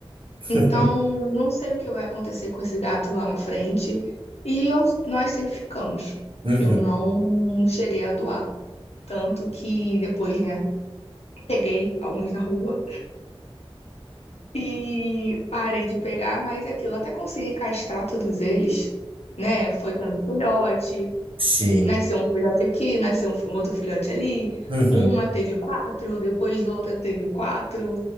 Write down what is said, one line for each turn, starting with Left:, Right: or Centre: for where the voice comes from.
Right: <laughs>
Left: Então, não sei o que vai acontecer com esse gato lá na frente. E eu- nós sempre ficamos.
Right: Uhum.
Left: Eu não cheguei a doar. Tanto que depois, né, peguei alguns na rua e parei de pegar, mas aquilo, até consegui castrar todos eles, né? Foi tendo filhote,
Right: Sim.
Left: nasceu um filhote aqui, nasceu um um outro filhote ali.
Right: Uhum.
Left: Uma teve quatro, depois outra teve quatro.